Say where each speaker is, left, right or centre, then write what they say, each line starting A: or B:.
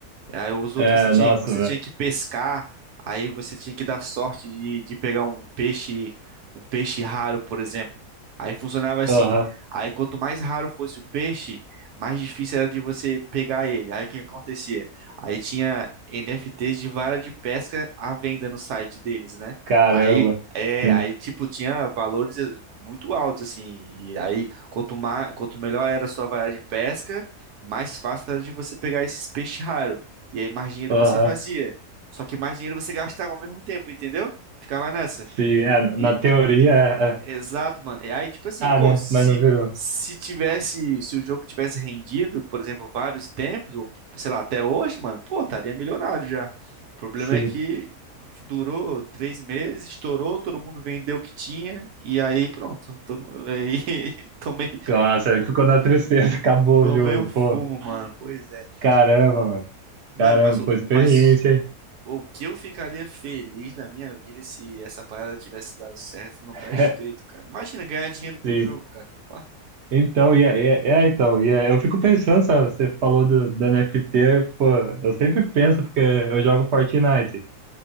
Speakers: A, on the right (about 80°); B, on the right (about 55°).
A: Aí os outros
B: é,
A: você tinha,
B: nossa,
A: você
B: velho.
A: tinha que pescar, aí você tinha que dar sorte de, de pegar um peixe, um peixe raro, por exemplo. Aí funcionava assim.
B: Aham,
A: Aí quanto mais raro fosse o peixe, mais difícil era de você pegar ele. Aí o que que acontecia? Aí tinha NFTs de vara de pesca à venda no site deles, né?
B: caramba.
A: Aí é,
B: Sim.
A: aí tipo tinha valores muito altos assim. E aí quanto mais, quanto melhor era a sua vara de pesca, mais fácil era de você pegar esses peixes raros. E aí mais dinheiro
B: Aham,
A: você fazia. Só que mais dinheiro você gastava ao mesmo tempo, entendeu? Ficava nessa.
B: sim. É,
A: E
B: na teoria, é, é.
A: exato, mano. E aí tipo assim,
B: Ah,
A: pô,
B: né?
A: se
B: Mas não virou.
A: se tivesse, se o jogo tivesse rendido, por exemplo, vários tempos ou sei lá, até hoje, mano, pô, estaria milionário já. O problema
B: Sim.
A: é que durou três meses, estourou, todo mundo vendeu o que tinha e aí pronto, todo mundo- <laughs> aí tomei
B: Nossa, aí ficou na tristeza. <laughs> Acabou
A: tomei
B: o jogo,
A: um fumo,
B: pô.
A: mano. Pois é.
B: Caramba, mano.
A: Mano,
B: Caramba,
A: mas o
B: pô, experiência,
A: mas
B: hein?
A: O que eu ficaria feliz da minha vida se essa parada tivesse dado certo, não
B: <laughs>
A: tá escrito, cara. Imagina ganhar dinheiro com
B: Sim.
A: o jogo, cara. Pá.
B: Então, e é, é, é, então, e é, eu fico pensando, sabe? Você falou do, do NFT, pô, eu sempre penso, porque eu jogo Fortnite.